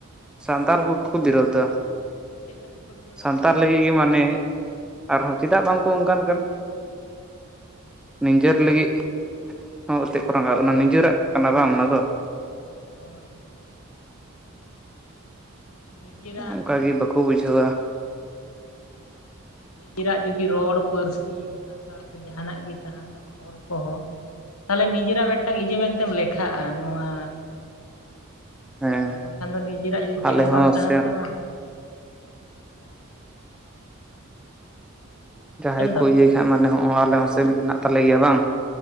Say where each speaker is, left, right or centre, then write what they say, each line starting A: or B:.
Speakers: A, in the centre; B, on the left.
A: ᱥᱟᱱᱛᱟᱞ ᱠᱚᱜᱮ ᱠᱚ ᱵᱤᱨᱳᱫᱷᱫᱟ
B: ᱪᱮᱫ ᱠᱷᱟᱹᱛᱤᱨ ᱠᱚ ᱵᱤᱨᱳᱫ
A: ᱥᱟᱱᱛᱟᱞ ᱞᱟᱹᱜᱤᱫ ᱜᱮ ᱢᱟᱱᱮ
B: ᱫᱟ
A: ᱟᱨᱦᱚᱸ ᱪᱮᱫᱟᱜ ᱵᱟᱝᱠᱚ ᱚᱱᱠᱟᱱ ᱠᱟᱱᱟ? ᱱᱤᱡᱮᱨ ᱞᱟᱹᱜᱤᱫ ᱦᱚᱸ ᱮᱛᱮᱫ ᱠᱚ ᱨᱟᱸᱜᱟᱶᱜ ᱠᱟᱱᱟ ᱱᱤᱡᱮᱨᱟᱜ ᱠᱟᱱᱟ ᱵᱟᱝ ᱚᱱᱟ ᱫᱚ᱾
B: ᱦᱳᱭ᱾ ᱱᱤᱡᱮᱨᱟᱜ
A: ᱚᱝᱠᱟ ᱜᱮ ᱵᱟᱠᱚ ᱵᱩᱡᱷᱟᱹᱣᱟ᱾
B: ᱱᱤᱡᱮᱨᱟᱜ ᱡᱩᱫᱤ ᱨᱚᱲ ᱯᱟᱹᱨᱥᱤ ᱵᱷᱟᱥᱟ ᱥᱮ ᱡᱟᱦᱟᱱᱟᱜ ᱜᱮ ᱛᱟᱦᱮᱱ ᱛᱟᱢᱟ ᱚᱞ ᱠᱚᱦᱚᱸ ᱛᱟᱦᱚᱞᱮ ᱱᱤᱡᱮᱨᱟᱜ ᱢᱤᱫᱴᱟᱝ ᱤᱭᱟᱹ ᱢᱮᱱᱛᱮᱢ ᱞᱮᱠᱷᱟᱜᱼᱟ ᱱᱚᱣᱟ
A: ᱦᱮᱸ
B: ᱟᱨ ᱵᱟᱝᱠᱷᱟᱱ ᱫᱳ ᱱᱤᱡᱮᱨᱟᱜ ᱡᱩᱫᱤ ᱪᱮᱫ
A: ᱟᱞᱮ
B: ᱦᱚᱸ ᱵᱟᱝ
A: ᱥᱮ
B: ᱛᱟᱦᱮᱱ ᱛᱟᱢᱟ
A: ᱡᱟᱦᱟᱸᱭ
B: ᱟᱸᱡᱚᱢ ᱫᱟᱢ
A: ᱠᱳ ᱤᱭᱟᱹᱭ ᱠᱷᱟᱡ ᱢᱟᱱᱮ ᱦᱚᱸᱜ ᱚᱭ ᱟᱞᱮ ᱦᱚᱸᱥᱮ ᱢᱮᱱᱟᱜ ᱛᱟᱞᱮ ᱜᱮᱭᱟ ᱵᱟᱝ